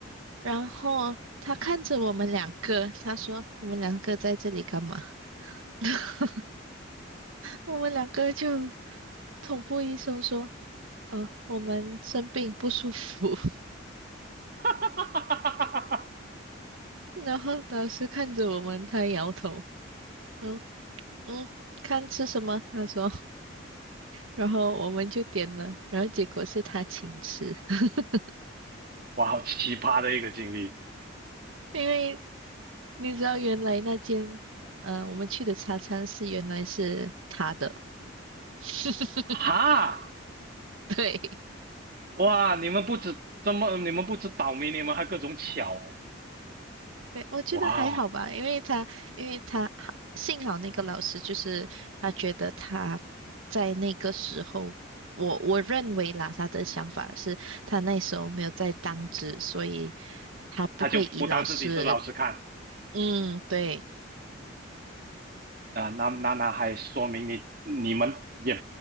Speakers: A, on the right (about 80°); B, on the right (about 45°).
A: 然后他看着我们两个，他说：“你们两个在这里干嘛？” <laughs> 我们两个就同步医生说：“呃，我们生病不舒服。”
B: 哈哈哈哈
A: 然后老师看着我们，他摇头，嗯嗯，看吃什么？他说。然后我们就点了，然后结果是他请吃，<laughs>
B: 哇，好奇葩的一个经历，
A: 因为你知道原来那间呃我们去的茶餐室原来是他的，<laughs>
B: 哈。
A: 对。
B: 哇，你们不止这么，你们不止倒霉，你们还各种巧哎！
A: 对，我觉得还好吧，
B: 哇，
A: 因为他，因为他，幸好那个老师就是他觉得他在那个时候，我我认为啦，他的想法是他那时候没有在当值，所以他不会以老师，
B: 他就不当自己是老师看
A: 嗯，对，
B: 啊，那那那还说明你你们也